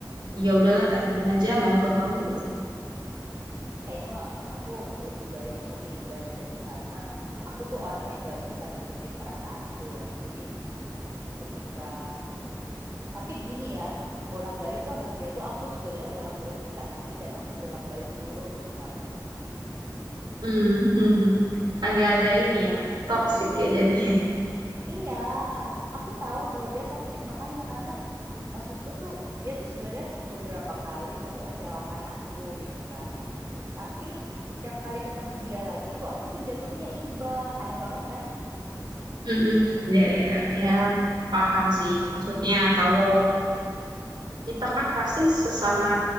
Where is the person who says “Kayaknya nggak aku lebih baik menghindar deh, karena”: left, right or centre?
Right